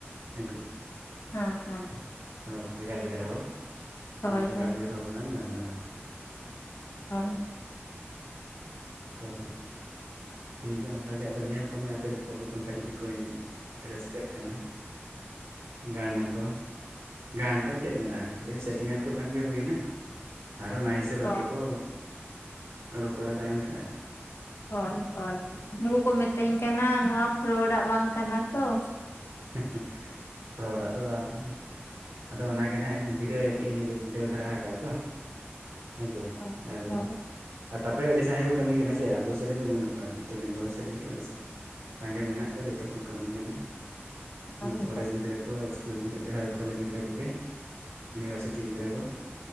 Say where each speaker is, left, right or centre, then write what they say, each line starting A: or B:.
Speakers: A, on the right; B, on the left.
A: ᱦᱮᱸ ᱪᱮ᱾
B: ᱦᱚᱸ ᱦᱚᱸ ᱾
A: ᱦᱚᱭ ᱵᱷᱮᱜᱟᱨ ᱵᱷᱮᱜᱟᱨ ᱦᱚᱲ
B: ᱦᱳᱭ
A: ᱵᱷᱮᱜᱟᱨ
B: ᱦᱳᱭ
A: ᱵᱷᱮᱜᱟᱨ ᱦᱚᱲ ᱥᱟᱞᱟᱜ ᱮᱢ ᱜᱟᱞᱢᱟᱨᱟᱣᱟ ᱾
B: ᱦᱚᱭ ᱾
A: ᱦᱚᱭ ᱴᱷᱤᱠ ᱜᱮᱭᱟ ᱚᱱᱠᱟᱜᱮ ᱟᱫᱚ ᱧᱮᱞ ᱠᱚᱢᱮ ᱟᱯᱮ ᱨᱤᱱ ᱠᱚ ᱚᱠᱚᱭ ᱠᱚ ᱚᱱᱠᱟ ᱡᱩᱫᱤ ᱠᱚ ᱨᱟᱹᱥᱠᱟᱹᱜ ᱠᱟᱱᱟ ᱜᱟᱱᱟᱠᱚ ᱜᱟᱱ ᱫᱚ ᱪᱮᱫ ᱢᱮᱱᱟᱜᱼᱟ ᱯᱤᱞᱤᱢ ᱥᱤᱴᱤᱝ ᱧᱟᱫ ᱠᱚ ᱠᱷᱟᱱ ᱜᱮ ᱦᱩᱭᱮᱱᱟ ᱟᱨ ᱚᱱᱟ ᱦᱤᱸᱥ ᱵᱟᱠᱚ
B: ᱦᱳᱭ
A: ᱠᱚ, ᱨᱚᱯᱚᱲᱟ ᱛᱟᱭᱚᱢ ᱛᱮ ᱟᱨ
B: ᱦᱚᱭ ᱦᱚᱭ ᱩᱱᱠᱩ ᱠᱚ ᱢᱤᱛᱟᱹᱧ ᱠᱟᱱᱟ ᱱᱚᱣᱟ ᱯᱷᱨᱚᱰᱟᱜ ᱵᱟᱝ ᱠᱟᱱᱟ ᱛᱚ ᱾
A: <unintelligible> ᱯᱨᱚᱰᱟᱜ ᱫᱚ ᱵᱟᱝ ᱠᱟᱱᱟ ᱟᱫᱚ ᱚᱱᱟ ᱜᱮ ᱦᱟᱸᱜ ᱤᱧ ᱵᱤᱰᱟᱹᱣ ᱟᱯᱮ ᱤᱧ ᱵᱟᱹᱧ ᱵᱤᱰᱟᱹᱣ ᱫᱷᱟᱨᱟ ᱟᱠᱟᱫ ᱛᱚ ᱦᱮᱸ ᱥᱮ
B: ᱦᱳᱭ
A: ᱟᱨᱼᱼ
B: ᱦᱳᱭ
A: ᱟᱨ ᱛᱟᱯᱚᱨᱮ ᱟᱹᱰᱤ ᱥᱟᱸᱜᱮ ᱠᱚ ᱠᱟᱹᱢᱤ ᱠᱟᱱᱟ ᱦᱮᱸ ᱪᱮ ᱟᱵᱚ ᱥᱮᱫ ᱨᱮᱱ ᱫᱚ ᱵᱟᱹᱱᱩᱜ ᱠᱚᱣᱟ ᱡᱚᱛᱚ ᱵᱮᱝᱜᱚᱞ ᱥᱮᱫ ᱨᱮᱱ ᱫᱚ ᱟᱹᱰᱤ ᱥᱟᱜ ᱥᱟᱸᱜᱮ ᱢᱮᱱᱟᱜ ᱠᱚᱣᱟ ᱡᱷᱚᱛᱚ ᱠᱚ ᱠᱟᱹᱢᱤ ᱠᱟᱱᱟ
B: ᱦᱳᱭ
A: ᱩᱱᱠᱩ ᱠᱚᱞᱮᱡᱽ ᱜᱤᱫᱽᱨᱟᱹ ᱠᱚ ᱠᱚ ᱤᱥᱠᱩᱞ ᱜᱤᱫᱽᱨᱟᱹ ᱦᱳᱭ ᱠᱚᱞᱮᱡᱽ ᱜᱤᱫᱽᱨᱟᱹ ᱠᱚ ᱜᱮ ᱤᱭᱩᱱᱤᱵᱷᱟᱨᱥᱤᱴᱤ ᱜᱤᱫᱽᱨᱟᱹ ᱠᱚ